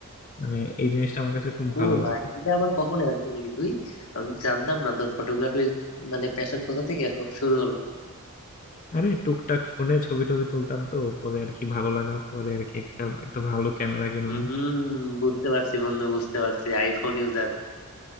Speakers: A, on the left; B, on the left.
A: মানে এই জিনিসটা আমার কাছে খুব
B: ও
A: ভালো লাগে
B: ভাই এটা আবার কখন অ্যাড করলি তুই আমি জানতাম না তোর ফটোগ্রাফির মানে প্যাশন কোথা থেকে হ- শুরু হলো
A: আরে টুকটাক ফোনে ছবি টবি তুলতাম তো পরে আর কি ভালো লাগা পরে আর কি একটা একটা ভালো ক্যামেরা কিনলাম
B: হম বুঝতে পারছি বন্ধু বুঝতে পারছি আইফোন ইউজার